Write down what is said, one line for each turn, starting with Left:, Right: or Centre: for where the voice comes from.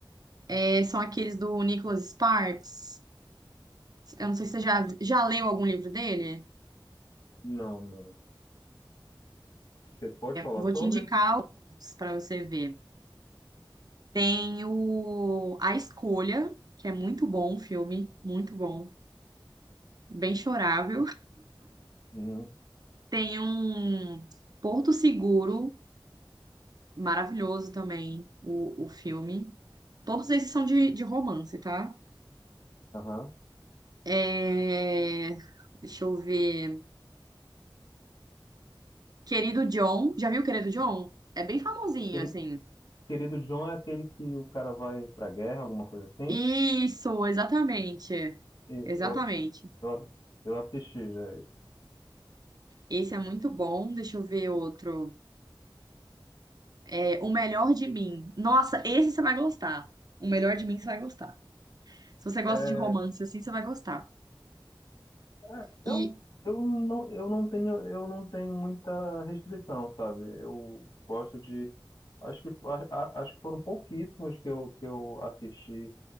Right: é- são aqueles do Nicholas Sparks. Eu não sei se você já, já leu algum livro dele.
Left: Não, não. Você pode falar
Right: Vou
Left: sobre?
Right: te indicar para você ver. Tem o A Escolha, que é muito bom o filme, muito bom, bem chorável.
Left: Uhum.
Right: Tem um Porto Seguro, Maravilhoso também o, o filme. Todos esses são de, de romance, tá?
Left: aham.
Right: É, Deixa eu ver. Querido John. Já viu Querido John? É bem famosinho,
Left: Queri-
Right: assim.
Left: Querido John é aquele que o cara vai pra guerra, alguma coisa assim?
Right: Isso, exatamente.
Left: E-
Right: Exatamente.
Left: ó, Eu, a- eu assisti já. esse.
Right: Esse é muito bom. Deixa eu ver outro. É, O Melhor de Mim. Nossa, esse você vai gostar. O Melhor de Mim você vai gostar. Se você gosta
Left: É,
Right: de romance, assim, você vai gostar.
Left: é,
Right: E.
Left: eu, eu não, eu não tenho, eu não tenho muita restrição, sabe? Eu gosto de, acho que, a- a- acho que foram pouquíssimos que eu, que eu assisti